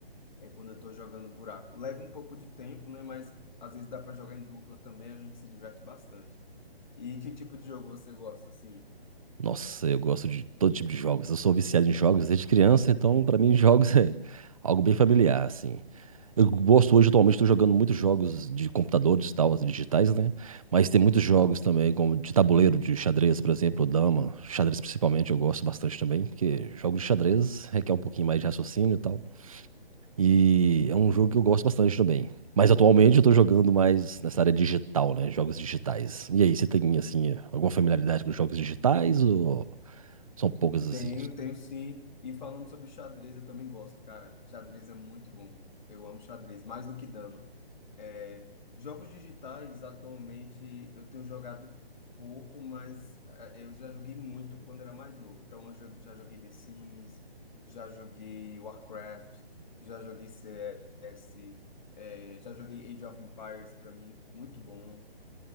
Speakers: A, on the left (about 50°); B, on the right (about 35°).
A: É quando eu tô jogando Buraco. Leva um pouco de tempo, né, mas às vezes dá para jogar em dupla também, a gente se diverte bastante. E que tipo de jogo você gosta assim?
B: Nossa, eu gosto de todo tipo de jogos. Eu sou viciado em jogos desde criança, então pra mim jogos <laughs> é algo bem familiar, assim. Eu gosto hoje, atualmente, estou jogando muitos jogos de computadores e tal, assim, digitais, né? Mas tem muitos jogos também, como de tabuleiro, de xadrez, por exemplo, dama. Xadrez principalmente, eu gosto bastante também, porque jogos de xadrez requer um pouquinho mais de raciocínio e tal. E é um jogo que eu gosto bastante também. Mas atualmente eu tô jogando mais nessa área digital, né? Jogos digitais. E aí, você tem, assim, alguma familiaridade com jogos digitais ou são poucas, assim?
A: Tenho, tenho sim. E falando sobre xadrez, eu também gosto, cara. Xadrez é muito bom. Eu amo xadrez, mais do que dama. É, jogos digitais, atualmente, eu tenho jogado pouco, mas eh, eu já joguei muito quando era mais novo. Então, eu jo- já joguei The Sims, já joguei Warcraft, já joguei CS, eh, já joguei Age of Empires, para mim, muito bom.